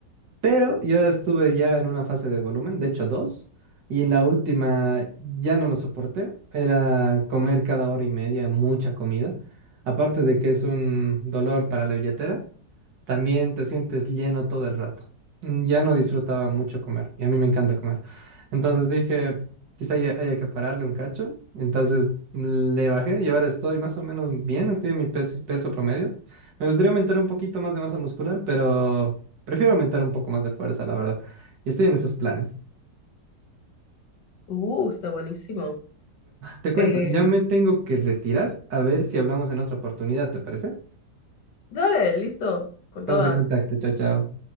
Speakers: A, on the right; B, on the left.
A: Pero yo estuve ya en una fase de volumen, de hecho dos, y en la última ya no lo soporté. Era comer cada hora y media mucha comida. Aparte de que es un dolor para la billetera, también te sientes lleno todo el rato. Mm, Ya no disfrutaba mucho comer y a mí me encanta comer. Entonces dije, quizá haya, haya que pararle un cacho. Entonces mm, le bajé y ahora estoy más o menos bien, estoy en mi peso, peso promedio. Me gustaría aumentar un poquito más de masa muscular, pero prefiero aumentar un poco más de fuerza, la verdad. Y estoy en esos planes.
B: Uh, está buenísimo.
A: Te cuento,
B: Eh,
A: ya me tengo que retirar a ver si hablamos en otra oportunidad, ¿te parece?
B: dale, listo, con
A: Estamos
B: toda.
A: en contacto, chao, chao.